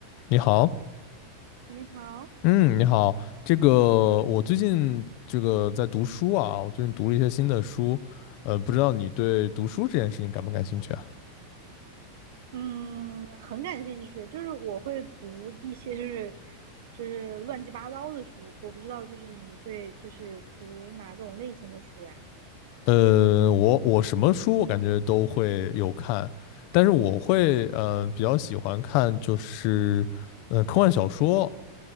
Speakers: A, on the left; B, on the right.
A: 你好，
B: 你好，
A: 嗯，你好，这个我最近这个在读书啊，我最近读了一些新的书，呃，不知道你对读书这件事情感不感兴趣啊？
B: 嗯，很感兴趣，就是我会读一些就是就是乱七八糟的书，我不知道就是你会就是读哪种类型的书呀？
A: 呃，我我什么书我感觉都会有看，但是我会呃比较喜欢看就是呃科幻小说